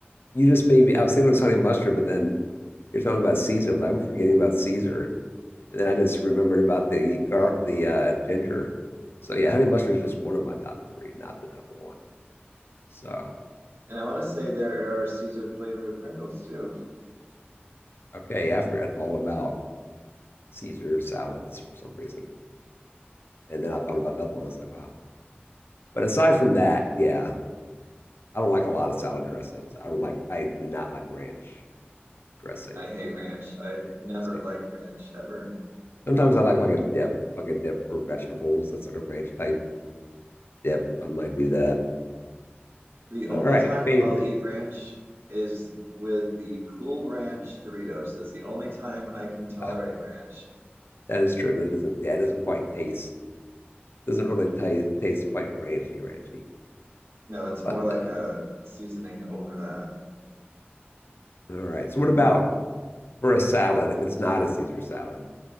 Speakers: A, on the left; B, on the right.
A: you just maybe I was thinking it was honey mustard, but then you're talking about Caesar. I'm like, I'm forgetting about Caesar, and then I just remembered about the gar the uh, ginger. So yeah, honey mustard is just one of my top three, not the number one. So
B: And I want to say there are Caesar flavored Pringles too.
A: okay, yeah, I forgot all about Caesar salads for some reason, and then I thought about the other one. I was like, wow. But aside from that, yeah, I don't like a lot of salad dressings. I don't like I do not like ranch dressing.
B: I hate ranch. I've
A: Yeah, I
B: never
A: cannot stand
B: liked ranch ever.
A: Sometimes I like like a dip, like a dip for vegetables. That's like a ranch type dip. I might do that.
B: The
A: All
B: only
A: right,
B: time
A: favorites.
B: I'll eat ranch is with the Cool Ranch Doritos. That's the only time I can tolerate
A: Ah,
B: ranch.
A: that is true. That doesn't, yeah, it doesn't quite taste, doesn't really taste taste quite ranchy, ranchy.
B: No, it's
A: But
B: more like
A: uh,
B: a seasoning over that.
A: all right. So what about for a salad? If it's not a Caesar salad,